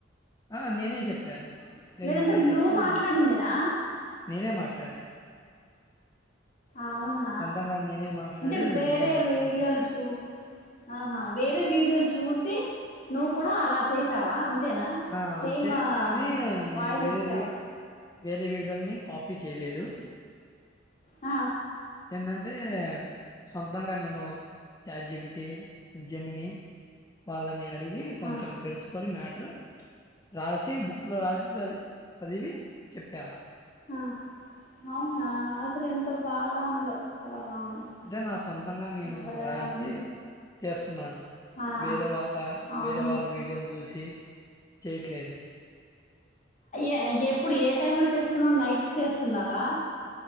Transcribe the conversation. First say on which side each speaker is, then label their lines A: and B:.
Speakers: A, on the left (about 20°); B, on the left (about 40°).
A: ఆ నేనే చెప్పాను అంటే
B: లేదంటే
A: నేనే చెప్పి
B: నువ్వు మాట్లాడిందేనా
A: నేనే మాట్లాడా
B: అవునా
A: సొంతంగా నేనే మాట్లాడి
B: అంటే వేరే
A: నేనే చెప్పాను
B: వీడియోలు చూ ఆహా వేరే వీడియోలు చూసి నువ్వు కూడా అలా చేసావా అంతేనా
A: ఆ,
B: సేమ్
A: అంతే కానీ నేను
B: వాయిస్
A: వేరే
B: ఇచ్చావు
A: వీ- వేరే వీడియోని కాపి చేయలేదు
B: ఆ
A: ఏంటంటే సొంతంగా నేను చాట్ జిపిటి జెమిని వాళ్ళని అడిగి కొంచెం
B: ఆ
A: తెలుసుకొని మ్యాట్ టార్ రాసి బుక్లో రాసి చది చదివి చెప్పాను
B: ఆ అవునా అసలు ఎంత బాగా ఉందో చాలా బాగుంది
A: అంటే నా సొంతంగా నేను
B: భలేగా
A: రాసి
B: ఉంది
A: చేస్తున్నాను
B: ఆ
A: వేరే ఒక్క
B: అవును
A: వేరే వాళ్ళ వీడియోను చూసి చేయట్లేదు
B: ఏ ఎప్పుడు ఏ టైమ్ లో చేస్తున్నావు నైట్ చేస్తున్నావా